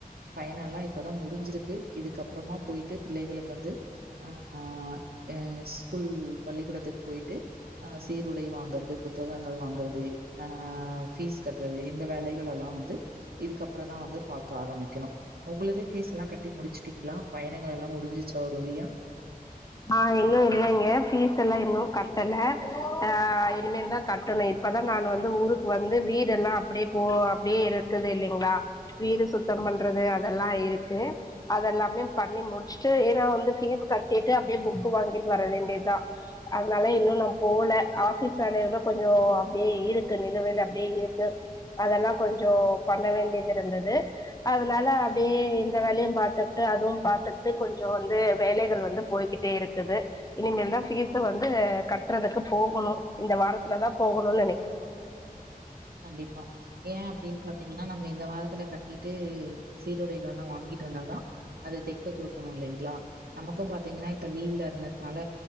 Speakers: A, on the right; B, on the left.
A: பயணல்லா இப்பதா முடிஞ்சிருக்கு இதுக்கப்றமா போயிட்டு பிள்ளைகளுக்கு வந்து அ அ அ ஸ்கூல் பள்ளிக்கூடத்துக்கு போயிட்டு அ சீருடை வாங்கற்த் புத்தகங்கள் வாங்கறது அ பீஸ் கட்றது இந்த வேலைகள் எல்லா வந்து இதுக்கப்ற தா வந்து பாக்க ஆரமிக்கணு ஒங்குளுதே பீஸ் எல்லா கட்டி முடிச்சுட்டீங்ளா பயணங்கள் எல்லா முடிஞ்சிச்சா ஒரு வழியா
B: ஆ இன்னு இல்லைங்க பீஸ் எல்லா இன்னு கட்டல அ இனிமேல்தா கட்டணு இத் ப்பதான் நான் வந்து ஊருக்கு வந்து வீடெல்லா அப்புடே போ அப்டியே இருக்குது இல்லிங்ளா வீடு சுத்தம் பண்றது அதல்லா இருக்கு அதல்லாமே பண்ணி முடிச்ட்டு ஏன்னா வந்து ஃபீஸ் கட்டிட்டு அப்டியே ஃபுக்கு வாங்கிட் வர வேண்டிய்தா அதுனால இன்னு நா போல ஆபீஸ் வேலையால கொஞ்சோ அப்டே இருக்கு நிலுவைல அப்டே இருக்கு அதெல்லா கொஞ்சோ பண்ண வேண்டியதுது இருந்ததுது அதனால அப்டியே இந்த வேலையு பாத்துகிட்டு அதுவு பாத்துட்டு கொஞ்சோ வந்து வேலைகள் வந்து போய்கிட்டே இருக்குது இனிமேல் தான் பீஸ வந்து கட்டுறதுக்கு போகணோ இந்த வாரத்துலதா போகணோனு நெனைக்
A: கண்டிப்பா ஏ அப்டீன்னு பாத்தீங்கன்னா நம்ம இந்த வாரத்துல கட்டிட்டு சீருடைகள்லா வாங்கிட்டு வந்தாதா அத தெக்க குடுக்கணோ இல்லைங்களா நமக்கோ பாத்தீங்கன்னா இப்ப லீவுல இருந்ததுனால